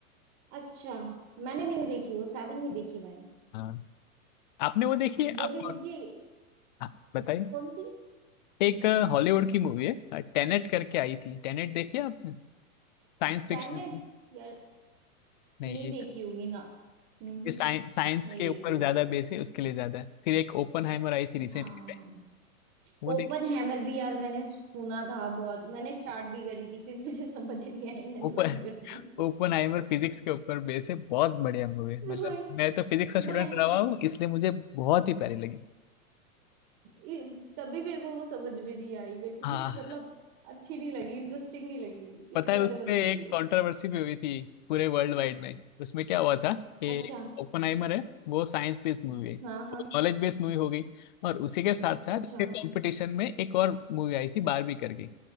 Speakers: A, on the right; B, on the left.
A: अच्छा मैंने भी नहीं देखी वो सेवन नहीं देखी मैंने
B: हाँ आपने वो देखी है
A: बॉलीवुड
B: आपको
A: की
B: हाँ बताइए
A: कौन सी
B: एक हॉलीवुड की मूवी है टेनेट करके आई थी टेनेट देखी है आपने Science fiction
A: टेनेंट यार
B: नहीं
A: नहीं
B: ये
A: देखी होगी ना हम्म
B: ये साइंस साइंस
A: नहीं
B: के
A: देखी
B: ऊपर
A: होगी
B: ज्यादा बेस है उसके लिए ज्यादा है। फिर एक ओपनहाइमर आई थी रिसेंटली
A: हाँ
B: पे वो
A: ओपन
B: देखी
A: हैमर भी यार मैंने सुना था बहुत मैंने स्टार्ट भी करी थी फिर मुझे <laughs> समझ नहीं आई मैंने
B: ओपन
A: बंद कर दी
B: ओपनहाइमर फिजिक्स के ऊपर बेस है बहुत बढ़िया मूवी है मतलब
A: <laughs> वही
B: मैं तो फिजिक्स का
A: मैंने
B: स्टूडेंट रहा हूँ इसलिए मुझे बहुत ही प्यारी लगी
A: ये- तभी मेरे को वो समझ में नहीं आई मेरे को
B: हाँ
A: कुछ मतलब अच्छी नहीं लगी इंटरेस्टिंग नहीं लगी
B: पता
A: इसलिए
B: है
A: मैंने
B: उसपे
A: बंद कर
B: एक
A: दी वो
B: कंट्रोवर्सी भी हुई थी पूरे वर्ल्ड वाइड में उसमें क्या हुआ था कि
A: अच्छा
B: ओपेनहाइमर है वो साइंस बेस्ड मूवी है
A: हाँ हाँ
B: नॉलेज बेस्ड मूवी हो गई और उसी के साथ साथ
A: अच्छा
B: उसके कंपटीशन में एक और मूवी आई थी बारबी करके